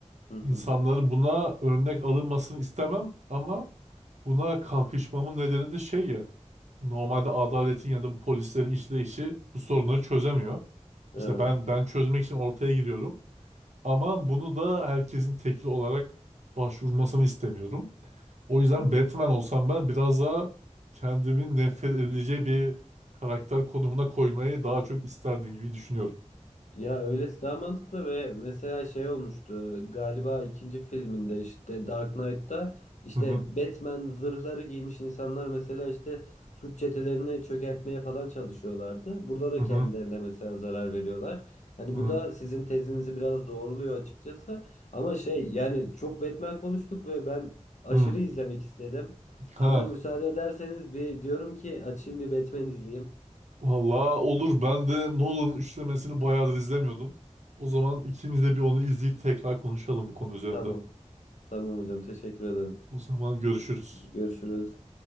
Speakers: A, on the left (about 70°); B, on the right (about 70°).
A: hı hı.
B: İnsanların buna örnek alınmasını istemem ama buna kalkışmamın nedeni de şey ya normalde adaletin ya da bu polislerin işleyişi bu sorunları çözemiyor.
A: Evet.
B: İşte ben ben çözmek için ortaya giriyorum ama bunu da herkesin tekli olarak başvurmasını istemiyorum. O yüzden
A: Hı hı.
B: Batman olsam ben biraz daha kendimi nefret edileceği bir karakter konumuna koymayı daha çok isterdim gibi düşünüyorum.
A: Ya öylesi daha mantıklı ve mesela şey olmuştu galiba ikinci filminde işte Dark Knight'ta işte
B: Hı hı
A: Batman zırhları giymiş insanlar mesela işte suç çetelerini çökertmeye falan çalışıyorlardı. Burada da
B: hı hı
A: kendilerine mesela zarar veriyorlar. Hani
B: hı.
A: bu da sizin tezinizi biraz doğruluyor açıkçası. Ama şey yani çok Batman konuştuk ve ben aşırı
B: hı.
A: izlemek istedim.
B: Ha.
A: Şimdi müsaade ederseniz bir diyorum ki açayım bir Batman izleyeyim.
B: Valla olur. Ben de Nolan'ın üçlemesini bayağıdır izlemiyordum. O zaman ikimiz de bir onu izleyip tekrar konuşalım bu konu üzerinde.
A: Tamam. Tamam hocam teşekkür ederim.
B: O zaman görüşürüz.
A: Görüşürüz.